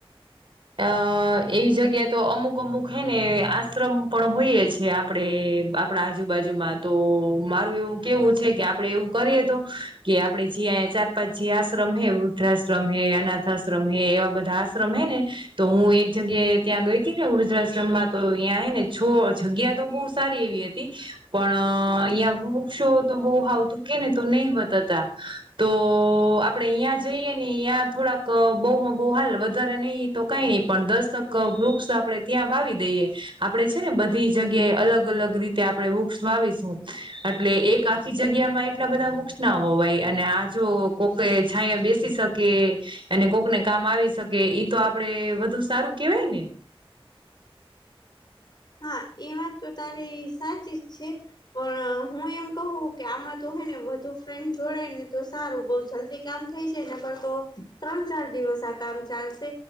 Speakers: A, on the right; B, on the left.
A: અ એવી જગ્યા તો અમુક અમુક હૈ ને આશ્રમ પણ હોઈએ છે આપ આપડે આપણા આજુબાજુમાં તો મારું એવું કેવું છે કે આપડે એવું કરીએ તો કે આપડે જ્યાયા ચાર પાંચ જે આશ્રમ હે વૃદ્ધાશ્રમ હે અનાથ આશ્રમ હે એવા બધા આશ્રમ હે ને તો હું એક જગ્યાએ ત્યાં ગઈ હતી ને વૃધાશ્રમ માં તો ત્યાં એ ને છો જગ્યા તો બો જ સારી એવી હતી. પણ અહીંય વૃક્ષો તો બહુ આવાવતું કેને તો નહી વતાતા. તો આપડે અહીંયાં જઈએ ને અહીંયા થોડાક બહુમાં બહુ હાલ વધારે નહી તો કઈ નહી પણ દસ તક વૃક્ષસ આપડે ત્યાં વાવી દઈએ. આપડે છે ને બધી જગ્યાએ અલગ અલગ રીતે આપણે વૃક્ષ વાવીશું. એટલે એક આખી જગ્યા માં એટલા બધા વુક્સ ના બોવાય અને આ જો કોક કે છાંયા બેસી શકે અને કોકને કામ આવી શકે ઈ તો આપડે વધુ સારું કેવાય ને. <inaudible>
B: હા એ વાત તો તારી સાચી જ છે. પણ હું એમ કું કે આમાં તો હે ને વધુ ફ્રેન્ડ જોડાય ને તો સારું બઉ જલ્દી કામ થઈ જાય કરતો ત્રણ ચાર દિવસ આ કામ ચાલશે.